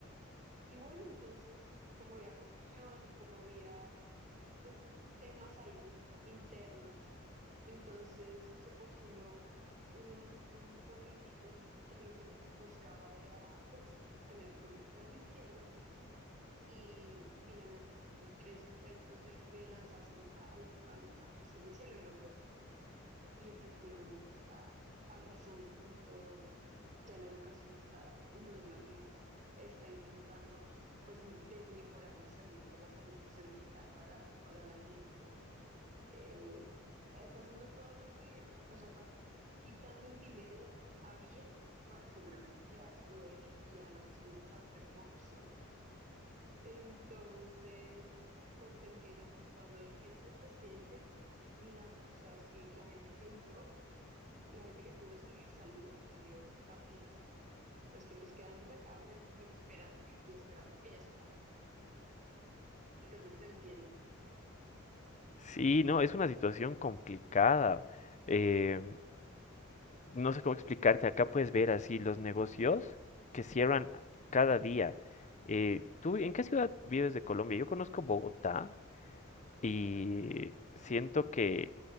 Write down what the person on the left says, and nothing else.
Sí, no, es una situación complicada. Eh, no sé cómo explicarte, acá puedes ver así los negocios que cierran cada día. Eh, ¿tú en qué ciudad vives de Colombia? Yo conozco Bogotá y siento que